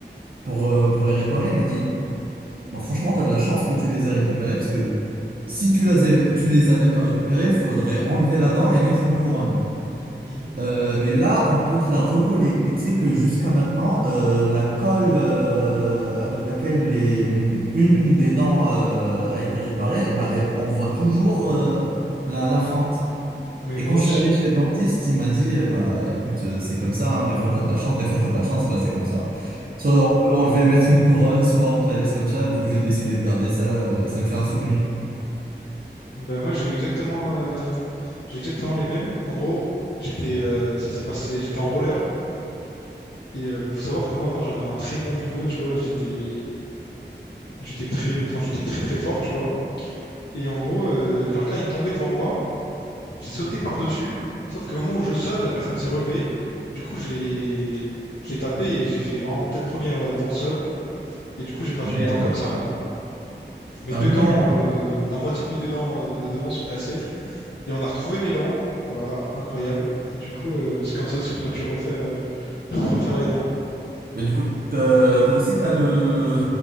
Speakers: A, on the right; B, on the left.
A: pour, euh, pour les réparer, il m'a dit, bon, franchement, t'as de la chance que tu les aies récupérés, parce que si tu les avais, tu les avais pas récupérés, il faudrait enlever la dent et mettre une couronne.
B: Hmm.
A: Euh, mais là, on peut te la recoller. Mais tu sais que jusqu'à maintenant, euh, la colle euh, avec laquelle les, hum, une des dents euh, a été réparée, bah, elle- on voit toujours euh, la, la fente.
B: Mais
A: Et
B: moi
A: quand je
B: aussi.
A: suis allé chez le
B: ouais.
A: dentiste, il m'a dit, euh, bah écoute, euh, c'est comme ça, hein, des fois t'as de la chance, des fois t'as pas de chance, bah c'est comme ça. Soit on peut l'enlever, mettre une couronne, soit on te la laisse comme ça. Du coup, j'ai décidé de garder ça, euh, ça me fait un souvenir.
B: Ah Ben, moi, j'ai eu exactement, euh, j'ai exactement les mêmes. En gros, j'étais, euh, ça s'est passé, j'étais en roller. Et euh, faut savoir que moi avant j'avais un très bon niveau, tu vois, j'étais j'étais très enfin j'étais très très fort, tu vois. Et en gros, euh, quelqu'un est tombé devant moi, j'ai sauté par-dessus, sauf qu'au moment où je saute, la personne s'est relevée. Du coup, j'ai je l'ai tapé et j'ai fait vraiment tête première euh, dans le sol et du coup, j'ai perdu
A: Merde.
B: mes dents comme ça moi. Mes
A: Ah
B: deux dents
A: merde.
B: euh, la moitié de mes deux dents euh, de devant sont cassées et on a retrouvé mes dents. Voilà, incroyable. Et du coup, euh, c'est comme ça aussi qu'on a pu refaire euh, <laughs> refaire les dents.
A: Mais du coup, t'as- toi aussi, t'as le